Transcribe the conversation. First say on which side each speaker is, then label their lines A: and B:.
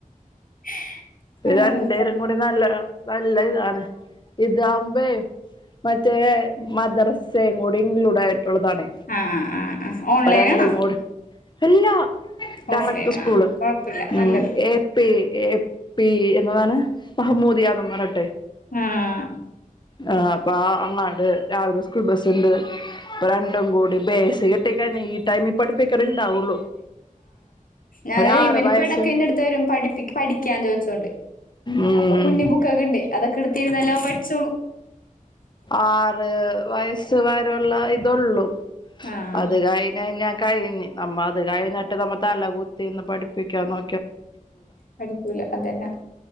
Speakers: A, on the left; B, on the left.
A: <unintelligible> ആഹ്
B: രണ്ട് പേരും കൂടി നല്ല നല്ല ഇതാണ് ഇതാവുമ്പേ മറ്റേ മദ്രസയും കൂടി ഇൻക്ലൂഡ് ആയി ട്ടുള്ളതാണേ
A: ആഹ് ആഹ് ഓൺലൈനാണോ
B: അപ്പൊ രണ്ടും കൂടെ ഇല്ലാ
A: ഓഫ്
B: ഡയറക്ട്
A: ലൈനാ
B: സ്കൂൾ
A: കൊഴപ്പില്ല നല്ലത്
B: ഉം എ പി എ പി എന്നതാണ് മഹാമ്മൂദിയാന്നും പറഞ്ഞിട്ട്
A: ആഹ്
B: ആഹ് അപ്പൊ അങ്ങാണ്ട് രാവിലെ സ്കൂൾ ബസ്സുണ്ട് ഇപ്പോ രണ്ടും കൂടി ബേസ് കിട്ടിക്കയിഞ്ഞ് ഈ ടൈമി പഠിപ്പിക്കർ ഇണ്ടാവുള്ളു
A: ഞാനിത്
B: ഒരാറ്
A: ഇവനിപ്പ
B: വയസ്സ്
A: ഇടയ്ക്ക് എന്റെടുത്ത് വരും പഠിപ്പിക്ക്‌ പഠിക്കാൻ ചോദിച്ചോണ്ട്
B: ഉം
A: അപ്പൊ കുഞ്ഞു ബുക്കൊക്കെ ഇണ്ട് അതൊക്കെ എടുത്തിരുന്ന് എല്ലാം പഠിച്ചോളും
B: ആറ് വയസ്സ് വരൂള്ള ഇതൊള്ളു
A: ആഹ്
B: അത് കഴിഞ്ഞഞ്ഞ കഴിഞ്ഞ് നമ്മ അത് കഴിഞ്ഞിട്ട് നമ്മ തല കുത്തിന്ന് പഠിപ്പിക്കാ നോ
A: പഠിക്കൂല അതന്നെ